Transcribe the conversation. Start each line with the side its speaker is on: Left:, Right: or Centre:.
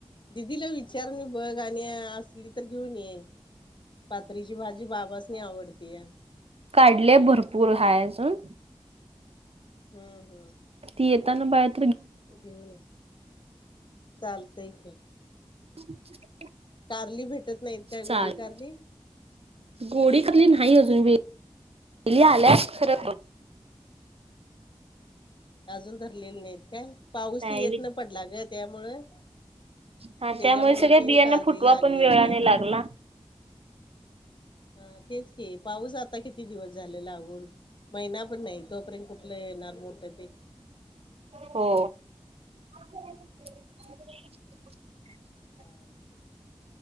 Left: दिदीला विचार न बघ, आणि असली तर घेऊन ये. पातरीची भाजी बाबासनी आवडतीया.
Right: काढलेय भरपूर हाय अजून.
Left: हम्म हम्म.
Right: येता ना काय आणू?
Left: हम्म चालतंय की.
Right: <inaudible>
Left: कारली भेटत नाहीत काय?
Right: चालेल
Left: गोडी कारली?
Right: गोडी कारली नाही अजून, वेली ये आल्या खर.
Left: अजून धरलेले नाहीत काय? पाऊस
Right: नाही
Left: लेट न पडला ग त्यामुळं.
Right: हा
Left: त्याच्यामुंळ
Right: त्यामुळे सगळ्या
Left: ती
Right: बियांना
Left: कारली
Right: फुटवा
Left: लागलेली
Right: पण वेळाने
Left: नाहीत.
Right: लागला
Left: हा तेच की, पाऊस आता किती. किती दिवस झाले लागून, महिना पण नाही तोपर्यंत कुठलं येणार मोठ ते.
Right: हो. <inaudible>
Left: चालत.